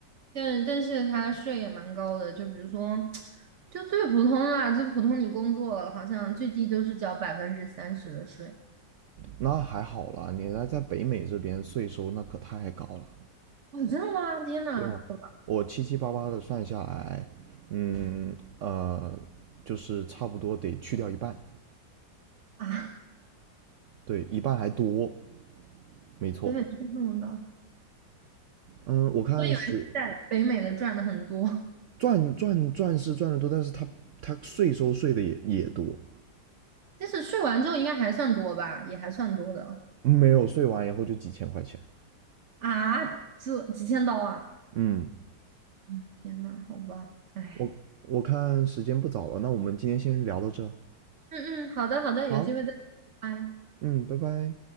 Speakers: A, on the right (about 50°); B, on the right (about 80°).
A: 但是但是他税也蛮高的，就比如说，就最普通啦，最普通你工作了，好像最低都是交百分之三十的税。
B: 那还好啦，你来在北美这边税收那可太高了。
A: 哦，真的吗？天呐，
B: 对啊，
A: 好吧
B: 我七七八八的算下来，嗯呃，就是差不多得去掉一半，
A: 啊，
B: 对，一半还多。没错，
A: 北美税这么高，
B: 嗯，我看是
A: 我以为在北美的赚的很多。
B: 赚赚赚是赚的多，但是他他税收税的也也多，
A: 就是睡完之后应该还算多吧，也还算多的
B: 没有税完以后就几千块钱。
A: 啊，这几千刀啊！
B: 嗯，
A: 嗯，天呐，好吧，哎，
B: 我我看时间不早了，那我们今天先聊到这儿
A: 嗯嗯，好的好的，
B: 好，
A: 有机会再聊，拜拜。
B: 嗯，拜拜。